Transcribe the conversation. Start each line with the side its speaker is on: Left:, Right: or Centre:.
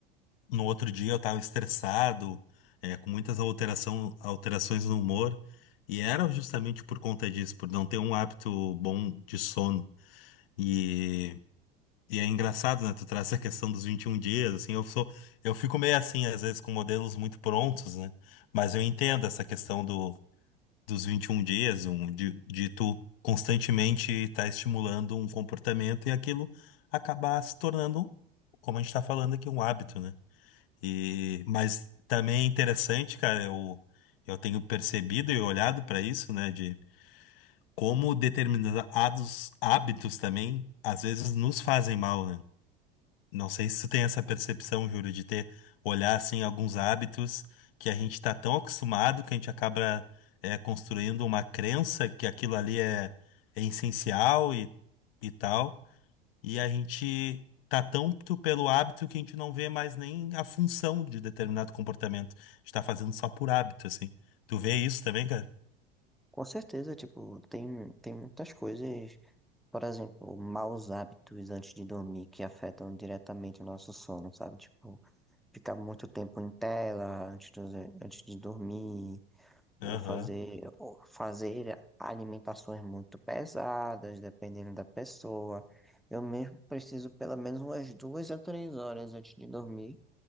Left: no outro dia eu tava estressado, é, com muitas alteração, alterações no humor, e era justamente por conta disso, por não ter um hábito bom de sono. E, e é engraçado, né, tu traz essa questão dos 21 dias, assim, eu sou, eu fico meio assim, às vezes, com modelos muito prontos, né? Mas eu entendo
Centre: Véi?
Left: essa questão do dos 21 dias, um, de, de tu constantemente estar estimulando um comportamento e aquilo acabar se tornando, como a gente está falando aqui, um hábito, né? E, mas também é interessante, cara, eu, eu tenho percebido e olhado para isso, né, de como determinados hábitos também às vezes nos fazem mal, né? Não sei se tu tem essa percepção, Júlio, de ter olhar assim alguns hábitos que a gente está tão acostumado que a gente acaba é, construindo uma crença que aquilo ali é, é essencial e, e tal, e a gente tá tanto pelo hábito que a gente não vê mais nem a função de determinado comportamento. A gente tá fazendo só por hábito, assim. Tu vê isso também, cara?
Centre: Com certeza, tipo, tem, tem muitas coisas, por exemplo, maus hábitos antes de dormir que afetam diretamente o nosso sono, sabe? Tipo, ficar muito tempo em tela antes de, antes de dormir,
Left: Aham.
Centre: ou fazer, ou fazer alimentações muito pesadas, dependendo da pessoa. Eu mesmo preciso pelo menos umas duas a três horas antes de dormir